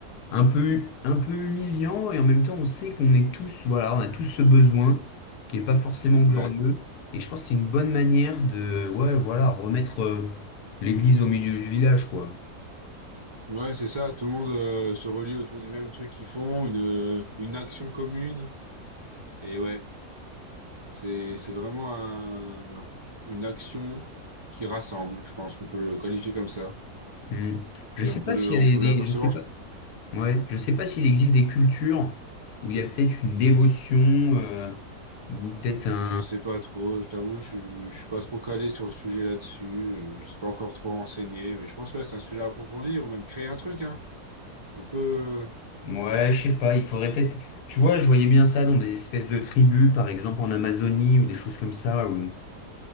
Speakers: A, on the left (about 80°); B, on the right (about 40°).
A: un peu, un peu humiliant et en même temps on sait qu'on est tous, voilà, on a tous ce besoin qui est pas forcément
B: Ouais.
A: glorieux et je pense que c'est une bonne manière de, ouais, voilà, remettre euh, l'église au milieu du village, quoi.
B: Ouais, c'est ça, tout le monde euh, se relie autour du même truc qu'ils font, une, euh, une action commune. Et ouais, c'est c'est vraiment un- une action qui rassemble, je pense qu'on peut le qualifier comme ça.
A: Hmm. Je
B: Et
A: sais
B: on peut
A: pas
B: le
A: s'il
B: on
A: y a
B: peut
A: des, des-
B: l'apercevoir,
A: je sais pas, ouais, je sais pas s'il existe des cultures où il y a peut-être une dévotion euh, ou peut-être
B: je,
A: un,
B: je sais pas trop, je t'avoue, je, suis- je suis pas trop calé sur le sujet là-dessus, euh, je suis pas encore trop renseigné, mais je pense ouais, c'est un sujet à approfondir ou même créer un truc, hein. On peut
A: ouais, je sais pas, il faudrait peut-être, tu vois, je voyais bien ça dans des espèces de tribus, par exemple en Amazonie ou des choses comme ça où